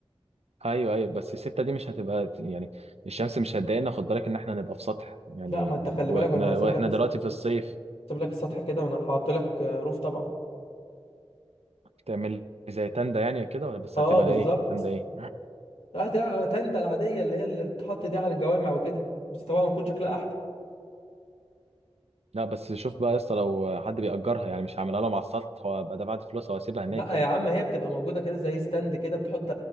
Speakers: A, on the right; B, on the left.
A: ايوه ايوه بس الستة دي مش هتبقى يعني الشمس مش هتضايقنا خد بالك ان احنا نبقى في سطح يعني
B: لا ما انت خلي
A: واحنا
B: بالك وانا هسيب
A: واحنا
B: لك هسيب
A: دلوقتي في الصيف
B: لك السطح كده وانا هحط لك آه، روف طبعا
A: تعمل لي زي تندة يعني كده ولا بس
B: اه
A: هتبقى
B: بالظبط
A: ايه تندة ايه
B: لا ده تندة العادية اللي هي اللي بتتحط دي على الجوامع وكده بس طبعا بتكون شكلها أحلى
A: لا بس شوف بقى يا اسطى لو حد بيأجرها يعني مش هعملها لهم على السطح وابقى دفعت فلوسها واسيبها هناك
B: لا
A: يعني
B: يا عم هي بتبقى موجودة كده زي ستاند كده بتحط